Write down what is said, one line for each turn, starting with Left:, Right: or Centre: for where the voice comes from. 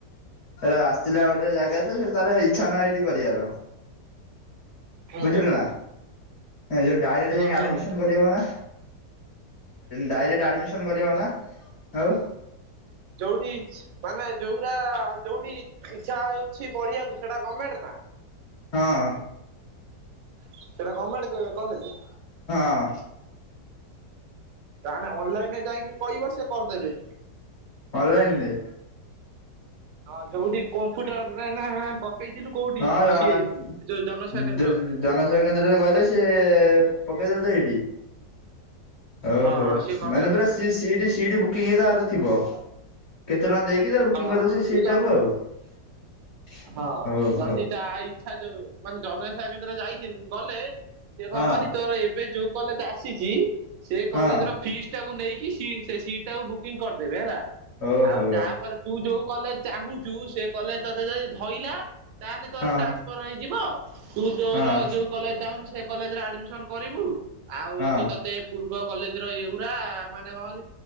Left: ତାର ଆସିଥିଲା ଗୋଟେ ଜାଗାରେ ଯେ ସେଠି ତାର ଇଚ୍ଛା ନାହିଁ ସେଠି କରିବାର।
Right: ହୁଁ
Left: ବୁଝିଲୁନା। ଯୋଉ ଡାଇଟ
Right: ହୁଁ
Left: ଯାଇ ଆଡମିସନ
Right: ହୁଁ
Left: କରି ହବନା। ଡାଇରେକ୍ଟ ଆଡମିସନ କରିହବ ନା ଆଉ।
Right: ଯୋଉଠି ମାନେ ଯୋଉରା ଯୋଉଠି ଇଚ୍ଛା ହଉଛି ପଢିବାକୁ ସେଇଟା ଗଣମେଣ୍ଟ ନା। <inaudible>
Left: ହଁ।
Right: ସେଇଟା ଗଭର୍ଣ୍ଣମେଣ୍ଟ କଲେଜ।
Left: ହଁ।
Right: ତାହେଲେ ଅନଲାଇନରେ ଯାଇକି କହିବ ସେ କରିଦେବେ।
Left: ମଲଇଛନ୍ତି
Right: ହଁ ଯୋଉଠି କମ୍ପୁଟରରେ ନା ପକେଇଥିଲୁ କୋଉଠି
Left: ହଁ।
Right: ସିଏ ଯୋଉ ଜନସେବା କେନ୍ଦ୍ରରେ।
Left: ଜନସେବା କେନ୍ଦ୍ରରେ ଗହଲେ ସେ ପକେଇଦ ତ ଏଇଠି ଓଉ
Right: ହଁ
Left: ହୋ
Right: ହଁ ସିଏ କରିଦେବେ।
Left: ମାନେ ପୁର ସି ବୁକିଂ ତରେ ଥିବ କେତେ ଟ ଦେଇକି ତାଲେ ବୁକିଂ
Right: ହଁ
Left: କରିଦେଉ
Right: ହଁ ତୁ
Left: ସିଟଟାକୁ
Right: ଜନ ହଁ
Left: ଆଉ ହଉ।
Right: ଯଦି ତା ଇଚ୍ଛା ଯୋଉ ମାନେ ଜନସେଖା କେନ୍ଦ୍ର ଯାଇଛନ୍ତି ଗଲେ। ସେ
Left: ହଁ
Right: କବନି ତୋର ଏବେ ଯୋଉ କଲେଜ ଆସିଛି ସେ
Left: ହଁ
Right: କଲେଜ ର ଫିସ୍ ଟାକୁ ନେଇକି ସି ସେ ସିଟ୍ ଟାକୁ ବୁକିଂ କରିଦେବେ ହେଲା।
Left: ଓ
Right: ଆଉ
Left: ହୋ।
Right: ତାପରେ ତୁ ଯୋଉ କଲେଜ ଚାହୁଁଛୁ ସେ କଲେଜ ତତେ ଯଦି ଧରଲା। ତାହେଲେ ତୋର
Left: ହଁ
Right: ଟ୍ରାନ୍ସଫର ହେଇଯିବ ତୁ ତୋର
Left: ହଁ
Right: ଯୋଉ କଲେଜ ଚାହୁଁଛୁ ସେ କଲେଜରେ ଆଡମିସ କରିବୁ ଆଉ
Left: ହଁ
Right: ହଉଛି ତତେ ପୂର୍ବ କଲେଜ ର ଏଗୁରା ମାନେ କହନ୍ତି